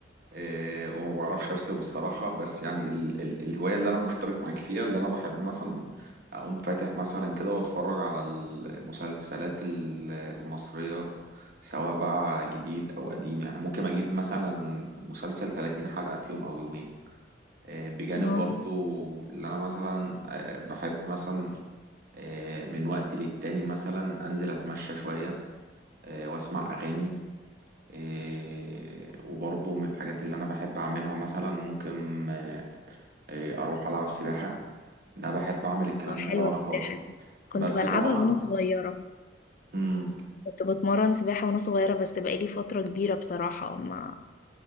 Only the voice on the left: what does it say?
اه
آه، حلوة
السباحة
دي كنت
بلعبها
وأنا صغيرة
كنت بتمرن سباحة وانا صغيرة بس بقالي فترة كبيرة بصراحة ما